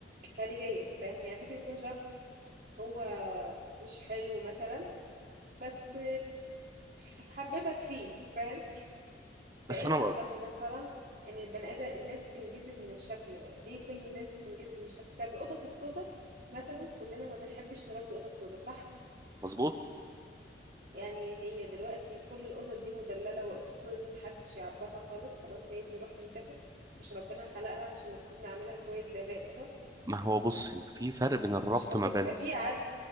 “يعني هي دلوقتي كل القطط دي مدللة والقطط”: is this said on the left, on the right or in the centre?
Right